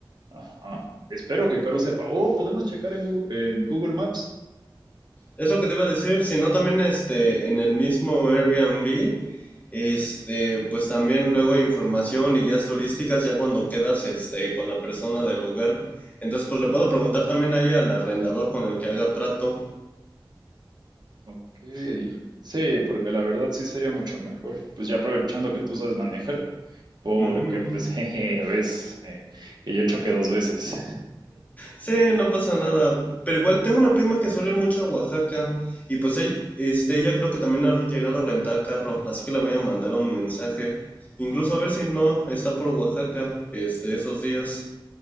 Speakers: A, on the right (about 55°); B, on the left (about 20°).
A: Ajá. Espero que Caro sepa. Oh, podemos checar en Gu- en Google, Maps.
B: Es lo que te iba a decir, si no también este en el mismo Airbnb, este pues también luego hay información y guías turísticas ya cuando quedas este con la persona del lugar. Entonces pues le puedo preguntar también ahí al arrendador con el que haga trato.
A: Ok. Sí, porque la verdad sí sería mucho mejor. Pues ya aprovechando que tú sabes manejar, porque
B: Ujú.
A: pues <laughs> jeje, ves eh, que yo choqué dos veces.
B: Sí, no pasa nada. Pero igual tengo una prima que suele ir mucho a Oaxaca. Y pues ella, este, ella creo que también ha llegado a rentar carro. Así que le voy a mandar un mensaje. Incluso a ver si no está por Oaxaca, este, esos días.